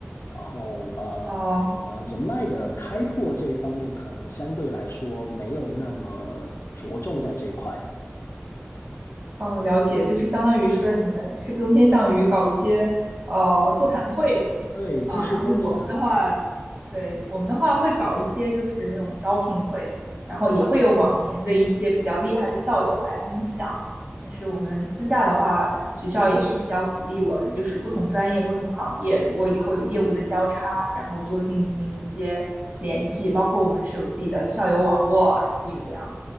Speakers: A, on the left; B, on the right.
A: 然后呃呃人脉的开拓这一方面，
B: 哦、
A: 可能相对来说没有那么着重在这一块。
B: 呃，了解，就是相当于是你们是更偏向于搞一些呃座谈会
A: 对，技术分享
B: 啊，然后我们的话，对，我们的话会搞一些就是那种招聘会，
A: 啊，
B: 然后也会有往年的一些比较厉害的校友来分享。但是我们私下的话，学校也是比较鼓励我们，就是不同专业、不同行业，如果以后有业务的交叉，然后多进行一些联系，包括我们是有自己的校友网络，然后是这样。
A: 嗯，